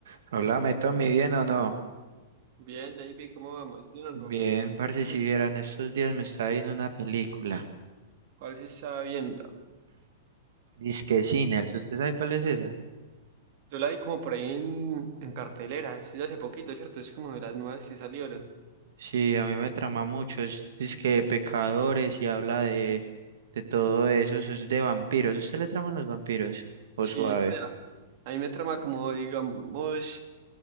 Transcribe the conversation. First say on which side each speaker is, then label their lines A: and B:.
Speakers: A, on the right; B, on the right.
A: Háblame, Tommy, ¿bien o no?
B: Bien, David, ¿cómo vamos? ¿Bien o
A: Bien,
B: no?
A: parce, si
B: Sí.
A: vieran, estos días me estaba viendo una película.
B: ¿Cuál se está viendo?
A: Disque Sinners, ¿usted sabe cuál es esa?
B: Yo la vi como por ahí en, en cartelera, es de hace poquito, ¿cierto? Es como de las nuevas que salieron.
A: Sí, a mí me trama mucho, es disque pecadores y habla de, de todo eso, eso es de vampiros. ¿A ¿Usted le traman los vampiros? ¿O
B: Sí,
A: suave?
B: pues a a mí me trama como, digamos,